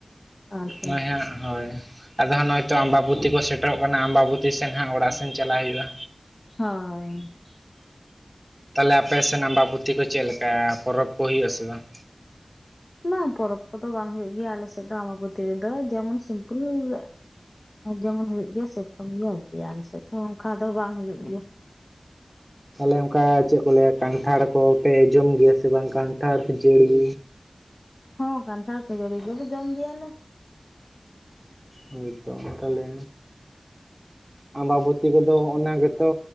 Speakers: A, on the left (about 50°); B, in the centre.
A: ᱟᱪᱪᱷᱟ
B: ᱦᱚᱭ ᱦᱟᱸᱜ ᱦᱚᱭ ᱟᱫᱚ ᱦᱟᱸᱜ ᱱᱚᱜᱼᱚᱭ ᱛᱚ ᱟᱢᱵᱟᱵᱚᱛᱤ ᱠᱚ ᱥᱮᱴᱮᱨᱚᱜ ᱠᱟᱱᱟ ᱟᱢᱵᱟᱵᱚᱛᱤ ᱥᱮᱱ ᱦᱟᱸᱜ ᱚᱲᱟᱜ ᱥᱮᱱ ᱪᱟᱞᱟᱜ ᱦᱩᱭᱩᱜᱼᱟ
A: ᱦᱳᱭ
B: ᱛᱟᱞᱦᱮ ᱟᱯᱮ ᱥᱮᱱ ᱟᱢᱵᱟᱵᱚᱛᱤ ᱠᱚ ᱪᱮᱜᱞᱮᱠᱟ ᱯᱚᱨᱚᱵᱽ ᱠᱚ ᱦᱳᱭᱳᱜᱼᱟᱥᱮ ᱵᱟᱝ
A: ᱵᱟᱝ ᱯᱚᱨᱚᱵᱽ ᱠᱚᱫᱚ ᱵᱟᱝ ᱦᱳᱭᱳᱜ ᱜᱮᱭᱟ ᱟᱞᱮ ᱥᱮᱫ ᱫᱚ ᱟᱢᱵᱟᱵᱚᱛᱤ ᱨᱮᱫᱚ ᱡᱮᱢᱚᱱ ᱥᱤᱢᱯᱩᱞ ᱡᱮᱢᱚᱱ ᱦᱩᱭᱩᱜ ᱜᱮᱭᱟ ᱥᱮᱨᱚᱠᱚᱢ ᱜᱮ ᱟᱨᱠᱤ ᱟᱞᱮᱥᱮᱫ ᱛᱚ ᱚᱱᱠᱟ ᱫᱚ ᱵᱟᱝ ᱦᱳᱭᱳᱜ ᱜᱮᱭᱟ᱾
B: ᱛᱟᱦᱞᱮ ᱚᱝᱠᱟ ᱪᱮᱫ ᱠᱚ ᱞᱟᱹᱭᱟ ᱠᱟᱱᱴᱷᱟᱲ ᱠᱚᱯᱮ ᱡᱚᱢ ᱜᱮᱭᱟ ᱥᱮ ᱵᱟᱝ ᱠᱟᱱᱴᱷᱟᱲ ᱠᱷᱟᱹᱡᱟᱲᱤ
A: ᱦᱚᱸ ᱠᱟᱱᱴᱷᱟᱲ ᱠᱷᱟᱹᱡᱟᱹᱲᱤ ᱫᱚᱞᱮ ᱡᱚᱢ ᱜᱮᱭᱟ ᱞᱮ
B: ᱦᱚᱭᱛᱚ ᱛᱟᱦᱚᱞᱮ ᱟᱢᱵᱟᱵᱚᱛᱤ ᱠᱚᱫᱚ ᱚᱱᱟ ᱜᱮᱛᱚ